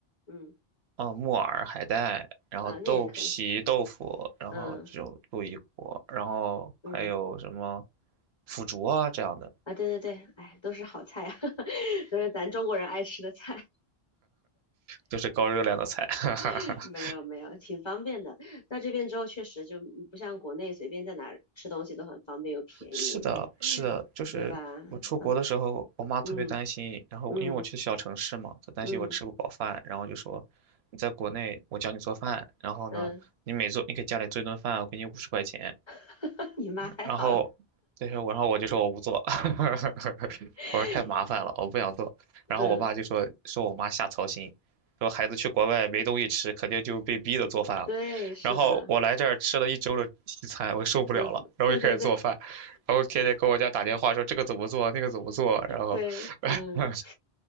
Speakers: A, on the left (about 35°); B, on the right (about 80°).
A: 嗯
B: 哦，木耳、海带，然后豆皮、
A: 啊，那也可以。
B: 豆腐，然后这种鹿一锅，
A: 嗯
B: 然后还有什么
A: 嗯。
B: 腐竹啊这样的，
A: 啊，对对对，哎，都是好菜啊，<laughs> 都是咱中国人爱吃的菜。
B: 都是高热量的菜。<laughs> 哈哈哈。
A: <laughs> 没有没有，挺方便的。到这边之后，确实就不像国内随便在哪儿吃东西都很方便又便宜，
B: 是的，是的，就是我出国的时候，
A: 对吧？到，
B: 我妈特别担心，
A: 嗯
B: 然后因为我去小城市嘛，
A: 嗯
B: 她担心我吃不饱饭，
A: 嗯
B: 然后就说你在国内我教你做饭，然后呢，
A: 嗯，
B: 你每做你给家里做一顿饭，我给你五十块钱，
A: <laughs> 你妈太好了，
B: 然后那是我然后我就说我不做，<laughs>
A: <laughs>
B: 我说太麻烦了，我不想做。然后我爸就说说我妈瞎操心，
A: 嗯，
B: 说孩子去国外没东西吃，肯定就被逼的做饭了。
A: 对，是的，
B: 然后我来这儿吃了一周的西餐，我受不了了，
A: 嗯，
B: 然后就开始做饭，
A: 对对对
B: 然后天天给我家打电话说这个怎么做，那个怎么做，然后
A: 对，
B: <laughs>
A: 嗯，